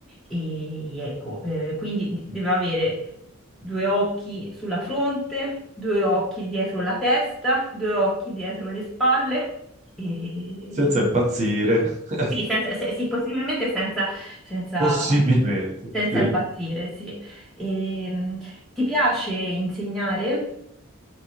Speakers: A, in the centre; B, on the right (about 35°).
A: e ecco, eh, quindi d- deve avere due occhi sulla fronte, due occhi dietro la testa, due occhi dietro le spalle, e...
B: Senza impazzire. <laughs>
A: sì, senza- se- sì, possibilmente senza, senza,
B: Possibilmente,
A: senza
B: sì.
A: impazzire, sì. Ehm, ti piace insegnare?